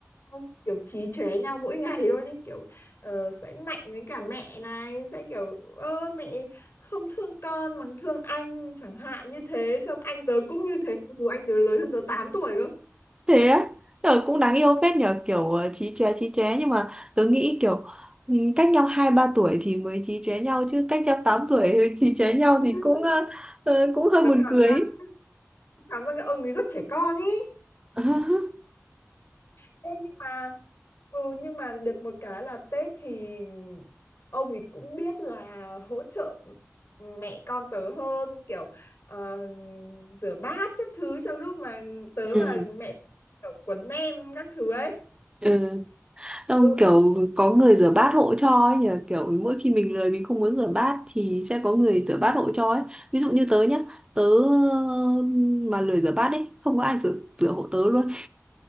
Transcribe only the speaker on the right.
thế á Ờ, cũng đáng yêu phết nhờ kiểu ờ, chí chóe chí chóe nhưng mà tớ nghĩ kiểu ừ, cách nhau hai ba tuổi thì mới chí chóe nhau chứ cách nhau 8 tuổi chí chóe nhau
thì cũng ờ, ờ, cũng hơi
buồn
cười
<laughs>
Ừ.
Ừ. Ông
kiểu có người rửa bát hộ cho ấy nhờ kiểu mỗi khi mình lười mình không muốn rửa bát thì sẽ có người rửa bát hộ cho ấy ví dụ như tớ nhá tớ ờ, mà lười rửa bát ấy không có ai rửa rửa hộ tớ luôn